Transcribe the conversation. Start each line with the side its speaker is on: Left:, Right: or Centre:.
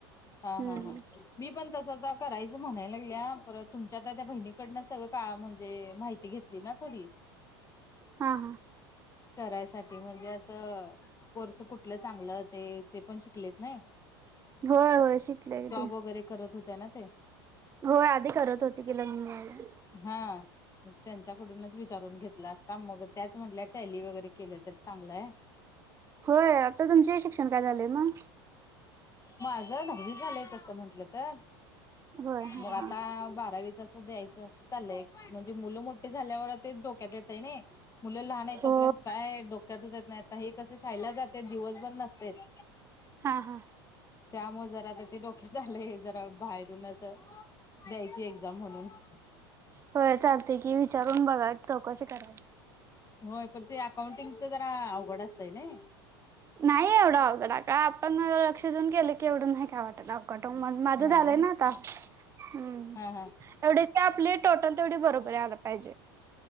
Left: हा
Right: हम्म
Left: हा हा मी पण तसं तर करायचं म्हणाय लागल्या, पर तुमच्या त्या त्या बहिणीकडनं सगळं काळ, म्हणजे माहिती घेत ली ना थोडी
Right: हा हा
Left: करायसाठी म्हणजे असं कोर्स कुठलं चांगलं ते, ते पण शिकलेत नाई?
Right: होय होय, शिकलं की ते
Left: वगैरे करत होत्या ना ते
Right: होय, आधी करत होती की लग्न झाल्यावर
Left: हा, मग त्यांच्याकडूनच विचारून घेतलं आता, मग त्याच म्हटल्या टॅली वगैरे केलं तर चांगलंय
Right: होय, आता तुमचं शिक्षण काय झालय मग
Left: माझं नववी झालंय तसं म्हटलं तर
Right: होय हा
Left: मग आता,
Right: हा
Left: बारावीचं असं द्यायचं असं चाललंय म्हणजे मुलं मोठी झाल्यावर ते डोक्यात येतय नै मुलं लहान आहे
Right: हो
Left: तोपर्यंत काय डोक्यातच येत नाही, आता हे कसं शाळेत जातेत दिवसभर नसतेत
Right: हा हा
Left: त्यामु जरा आता ते डोक्यात आलंय, जरा बाहेरून असं द्यायची एक्झाम म्हणून
Right: होय चालतंय की विचारून बघा, चौकशी करा
Left: होय, पण ते अकाउंटिंगच जरा, अवघड असतय नई?
Right: नाही एवढं अवघड, काय आपण लक्ष देऊन केलं की एवढं नाही काय वाटत <unintelligible> माझं
Left: नाही
Right: झालंय
Left: नाही
Right: ना आता हम्
Left: हा
Right: तेवढी
Left: हा
Right: ती आपली टोटल तेवढी बरोबर यायला पाहिजे